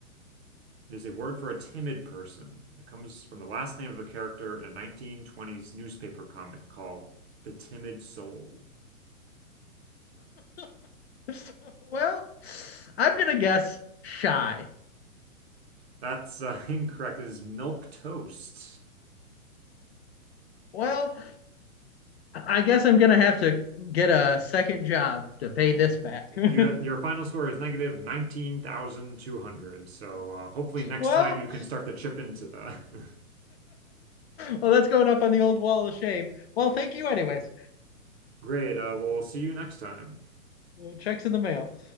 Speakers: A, on the right (about 45°); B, on the left (about 45°).
A: It is a word for a timid person. It comes from the last name of a character in a 1920s newspaper comic called The Timid Soul.
B: <laughs> well, I'm gonna guess shy.
A: That's uh, <laughs> incorrect. It is milk toast.
B: Well, I guess I'm gonna have to get a second job to pay this back. <laughs> well,
A: Your your final score is negative 19,200. So uh, hopefully next
B: <laughs> well,
A: time you can start to chip into the <laughs>
B: that's going up on the old wall of shame. Well, thank you, anyways.
A: Great. Uh, we'll see you next time.
B: Checks in the mail.